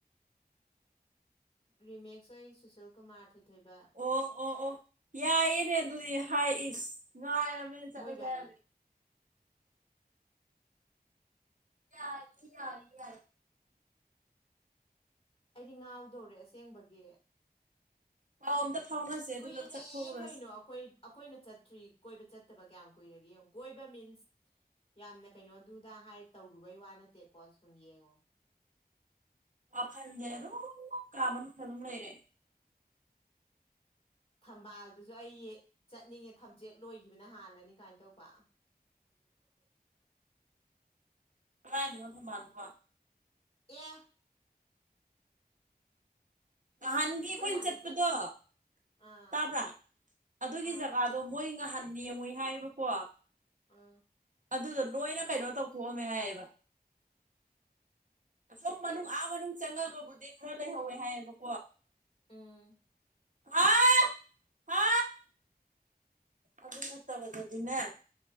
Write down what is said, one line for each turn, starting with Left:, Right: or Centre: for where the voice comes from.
Left: ꯔꯤꯃꯦꯦꯛꯁ ꯑꯣꯏ ꯁꯨꯁꯜ ꯀꯨꯃꯥꯔ ꯊꯣꯏꯊꯣꯏꯕ
Right: ꯑꯣ ꯑꯣ ꯑꯣ ꯌꯥꯏꯌꯦꯅꯦ ꯑꯗꯨꯗꯤ ꯍꯥꯏ ꯉꯑꯔꯃꯤ ꯆꯂꯁꯔꯃꯤ
Left: ꯃꯣꯏ ꯒꯥꯔꯤ
Right: ꯌꯥ ꯌꯥꯔ ꯌꯥꯔ
Left: ꯑꯩꯗꯤ ꯉꯥꯎꯗꯧꯔꯦ ꯑꯁꯦꯡꯕꯒꯤ
Right: ꯄꯥꯎ ꯑꯝꯇ ꯐꯥꯎꯅꯁꯦ ꯑꯗꯨꯒ
Left: ꯀꯨꯏꯔꯦ
Right: ꯆꯠꯊꯣꯛꯎꯔꯁꯤ
Left: ꯀꯩꯅꯣ ꯑꯩꯈꯣꯏ ꯑꯩꯈꯣꯏꯅ ꯆꯠꯇ꯭ꯔꯤ ꯀꯣꯏꯕ ꯆꯠꯇꯕ ꯀꯌꯥꯝ ꯀꯨꯏꯔꯒꯦ ꯌꯦꯡꯉ ꯀꯣꯏꯕ ꯃꯤꯟꯁ ꯌꯥꯝꯅ ꯀꯩꯅꯣꯗꯨꯗ ꯍꯥꯏ ꯇꯧꯔꯨꯕꯩ ꯋꯥ ꯅꯠꯇꯦꯀꯣ ꯁꯨꯝ ꯌꯦꯡꯉꯣ
Right: ꯋꯥꯈꯟꯗꯔꯣ ꯀꯃꯅ ꯐꯖꯝ ꯂꯩꯔꯦ
Left: ꯊꯝꯕꯥꯜꯗꯨꯁꯨ ꯑꯩ ꯆꯠꯅꯤꯡꯉꯦ ꯊꯝꯆꯦꯠ ꯂꯣꯏꯈꯤꯕꯅ ꯍꯥꯜꯂꯅꯤ ꯀꯥꯏꯅ ꯇꯧꯕ <inaudible>
Right: ꯀꯅꯤ ꯑꯣꯗ ꯃꯥꯗ ꯋꯥ
Left: ꯑꯦ
Right: ꯅꯍꯥꯟꯒꯤ ꯑꯩꯈꯣꯏꯅ
Left: ꯅꯍꯥꯟꯃꯨꯛ
Right: ꯆꯠꯄꯗꯣ
Left: ꯆꯠ ꯑꯥ
Right: ꯇꯥꯕ꯭ꯔꯥ ꯑꯗꯨꯒꯤ
Left: ꯑꯥ
Right: ꯖꯒꯥꯗꯣ ꯃꯣꯏ ꯉꯍꯥꯟ ꯌꯦꯡꯉꯨꯏ ꯍꯥꯏꯌꯦꯕꯀꯣ
Left: ꯑꯥ
Right: ꯑꯗꯨꯗꯣ ꯂꯣꯏꯅ ꯀꯩꯅꯣ ꯇꯧꯊꯣꯛꯑꯝꯃꯦ ꯍꯥꯏꯌꯦꯕ ꯑꯁꯣꯝ ꯃꯅꯨꯡ ꯑꯥ ꯃꯅꯨꯡ ꯆꯪꯉꯒꯕꯨꯗꯤ ꯈꯔ ꯂꯩꯍꯧꯋꯦ ꯍꯥꯏꯌꯦꯕꯀꯣ
Left: ꯎꯝ
Right: ꯍꯥ ꯍꯥ ꯑꯗꯨ ꯅꯠꯇꯕꯗ ꯑꯗꯨꯅꯦ